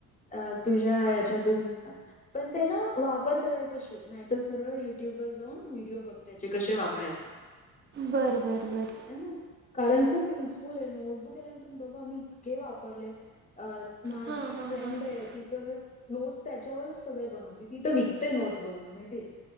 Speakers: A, on the left; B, on the right.
A: अ तुझ्या हेच्यातच दिसतात पण ते नां वा वापर करायचं शिक नाहीतर सरळ युट्यूब वर जाऊन व्हिडिओ बघं त्यांचे कसे वापरायचे
B: बरं बरं बरं.
A: अनं कारणं खूप युजफुलाय नोटबुक एल्नं बाबा आम्ही इतके वापरले अ माझी
B: हां
A: एक
B: हां
A: फ्रेंड
B: हां
A: हाय ती तरं नोट्स त्यांच्यावरच सगळे बनवते तीत विकतेय नोट्स बनवून माहितीय